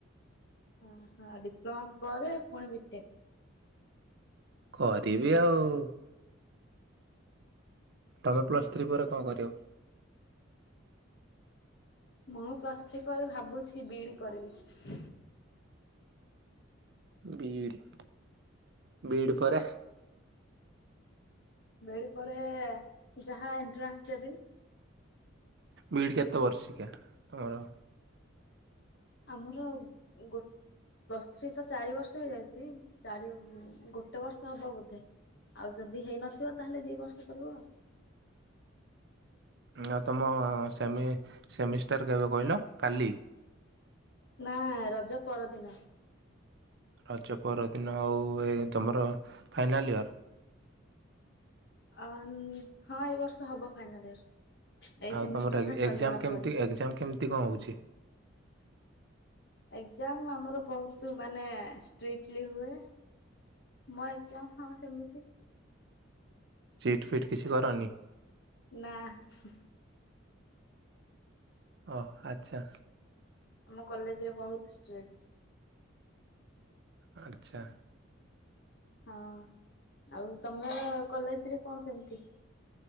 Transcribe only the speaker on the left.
ଓ ହୋ ଡିପ୍ଲୋମା ପରେ ପୁଣି ବିଟେକ୍।
ମୁଁ ପ୍ଲଥ୍ରୀ ପରେ ଭାବୁଛି ବି ଇ ଡି କରିବି।
ବି E ଡି ପରେ ଯାହା ଏଣ୍ଟ୍ରାନ୍ସ ଦେବି।
ଆମର ଗୋଟ୍ ପ୍ଲସ୍ ଥ୍ରୀ ତ ଚାରି ବର୍ଷ ହେଇଯାଇଛି ଚାରି ଗୋଟେ ବର୍ଷ ହବ ବୋଧେ। ଆଉ ଯଦି ହେଇନଥିବ ତାହେଲେ ଦୀ ବର୍ଷ କରିବ ଆଉ।
ନା ରଜ ପରଦିନ।
ଅ ନ୍ ହଁ ଏଇ ବର୍ଷ ହବ ଫାଇନାଲ ଇୟର। ଏଇ ସେମିଷ୍ଟର
ଟା ସରିଗଲା
ପରେ।
ଏକ୍ଜାମ ଆମର ବହୁତ ମାନେ ଷ୍ଟ୍ରିକ୍ଟଲି ହୁଏ। ମୋ ଏକ୍ଜାମ ହଁ ସେମିତି।
ନାଁ ହୁଁ ହୁଁ।
ଆମ କଲେଜରେ ବହୁତ ଷ୍ଟ୍ରିକ୍ଟ୍।
ହଁ ଆଉ ତମର କଲେଜ ରେ କଣ କେମିତି।